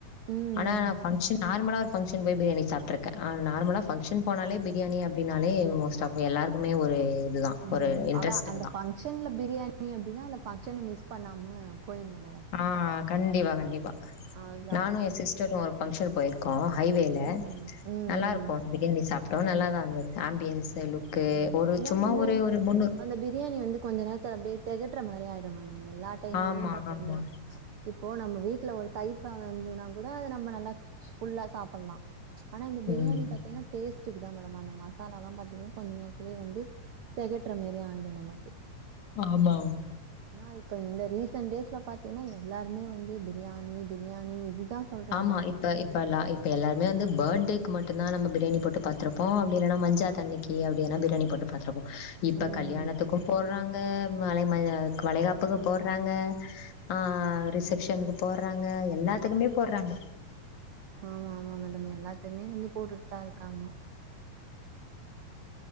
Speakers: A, on the right; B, on the left.
A: ம் ம்
B: ஆனா நா
A: ம்
B: பங்க்ஷன் நார்மல ஒரு ஃபங்க்ஷன் போய் பிரியாணி சாப்ட்ருக் நார்மலா ஃபங்க்ஷன் போனாலே பிரியாணி அப்டின்னாலே மோஸ்ட் ஆஃப் எல்லாருக்குமே ஒரு இதுதா
A: ம்
B: ஒரு இன்ட்ரெஸ்டிங்குதா
A: அதா அந்த ஃபங்க்ஷன்ல பிரியாணி அப்டினா அந்த ஃபங்க்ஷன மிஸ் பண்ணாம போய்ணு மேடம்
B: ஆ கண்டிப்பா கண்டிப்பா
A: அதுதா
B: நானு எ சிஸ்டரு ஒரு ஃபங்க்ஷன் போயிருக்கோ ஹைவேல
A: ம் ம்
B: நல்லா
A: ம்
B: இருக்கு பிரியாணி சாப் பாடு நல்லாதா இருந்தது ஆம்பியன்ஸு லுக்கு
A: ம்
B: ஒரு
A: இன்னா
B: சும்மா
A: ஒண்ணு
B: ஒரு ஒரு முந்நூற்
A: அந்த பிரியாணி வந்து கொஞ்ச நேரத்துல அப்டியே தெகட்ற மாரி ஆயிடு மேம் எல்லா டைமுமே
B: ஆமா
A: பாத்தீங்ன்னா
B: ஆமா
A: இப்போ நம்ம வீட்ல ஒரு தயிர் சாதோ இந்துனா கூட அத நம்ம நல்லா ஃபுல்லா சாப்பல்லா ஆனா இந்த பிரியாணி
B: ம்
A: பாத்தீஙன்னா டேஸ்டுக்குதா மேடம் அந்த மசாலாலா பாத்தீங்ன்னா கொஞ்ச நேரத்திலே வந்து தெகட்ற மாரி ஆயிடு நமக்கு
B: ஆமா
A: ஆனா இப்ப இந்த ரீசன் டேஸ்ல பாத்தீங்ன்னா எல்லாருமே வந்து பிரியாணி பிரியாணி இதுதா சொல்றாங்க
B: ஆமா இப்ப இப்ப எல்லா இப் இப்ப எல்லாருமே வந்து பேட்டேக்கு மட்டுந்தா நம்ம பிரியணி போட்டு பாத்துருப்போ அப்டி இல்லனா மஞ்சாதண்ணிக்கு அப்டினா பிரியணி போட்டு பாத்துருப்போ இப்ப
A: ம்
B: கல்யாணத்துக்கு போட்றாங்க வளை மய வளைகாப்புக்கு போட்றாங்க ஆ ரிசப்ஷனுக்கு போட்றாங்க எல்லாத்துக்குமே போட்றாங்க
A: ஆமா ஆமா மேடம் எல்லாத்துக்மே வந்து போட்டுட்தா இருக்காங்க